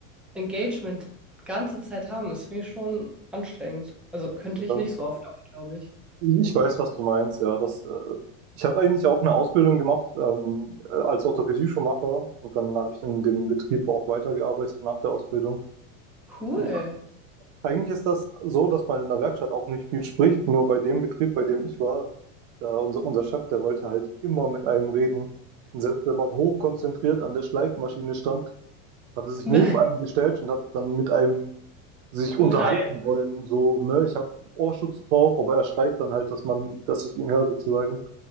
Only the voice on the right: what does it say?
Ja.
Ich weiß, was du meinst, ja. Das, äh, ich habe eigentlich auch eine Ausbildung gemacht ähm, äh, als Orthopädie-Schuhmacher und dann habe ich in dem Betrieb auch weitergearbeitet nach der Ausbildung.
Und
Eigentlich ist das so, dass man in der Werkstatt auch nicht viel spricht. Nur bei dem Betrieb, bei dem ich war, da unser, unser Chef, der wollte halt immer mit einem reden. Und selbst wenn man hochkonzentriert an der Schleifmaschine stand, hat er sich
neben einem gestellt und hat dann mit einem sich unterhalten
wollen. So, ne, ich habe Ohrschutz drauf, aber er schreit dann halt, dass man, dass ich ihn höre sozusagen.